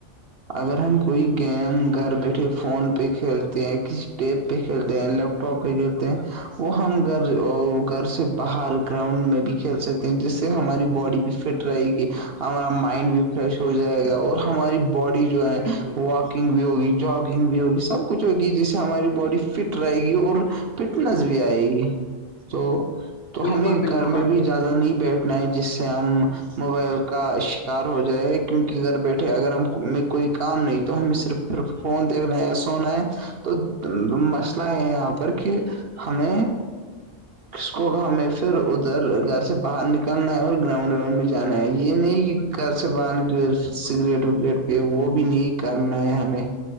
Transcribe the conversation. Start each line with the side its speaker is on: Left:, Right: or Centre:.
Right: اگر ہم کوئی گیم گھر بیٹھے فون پہ کھیلتے ہیں کسی پ پہ کھیلتے ہیں لیپ ٹاپ پہ کھیلتے ہیں وہ ہم گھر گھر سے باہر گراؤنڈ میں بھی کھیل سکتے ہیں جس سے ہماری باڈی بھی فٹ رہے گی ہمارا مائنڈ بھی فریش ہو
Left: جی
Right: جائے
Left: جی
Right: گا اور ہماری باڈی جو ہے
Left: بالکل
Right: و نگ بھی ہوگی جگنگ بھی ہوگی سب کچھ ہوگی جس سے ہماری باڈی فٹ رہے گی اور فٹنس بھی آئے گی تو <unintelligible> تو
Left: بالکل
Right: ہمیں
Left: بالکل
Right: گھر میں
Left: بھائی
Right: بھی زیادہ نہیں بیٹھنا ہے جس سے ہم موبائل کا شکار ہو جائے کیونکہ گھر بیٹھے اگر ہم کوئی کام نہیں تو ہمیں صرف پھر فون دیکھنا ہے سونا ہے تو مسئلہ یہ ہے یہاں پر کہ <unintelligible> ہمیں اس کو ہمیں پھر ادھر گھر سے باہر نکلنا ہے اور گراؤنڈ وراؤنڈ میں جانا ہے یہ نہیں کہ گھر سے باہر سگریٹ وگریٹ پہ وہ بھی نہیں <unintelligible> کرنا ہے ہمیں